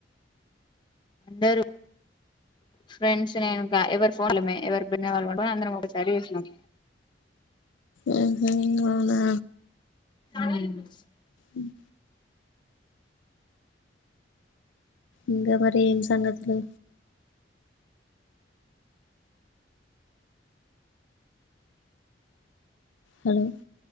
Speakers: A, on the left (about 25°); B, on the left (about 80°).
A: అందరూ. ఫ్రెండ్స్ నేను ఇంకా ఎవరు ఫోన్లమే ఎవరి బెడ్ మీద వాళ్ళు పండుకొని అందరం ఒకసారి చూసినాం.
B: ఉమ్ హు అవునా.
A: ఉమ్.
B: ఉమ్. ఇంకా మరి ఏం సంగతులు. హలో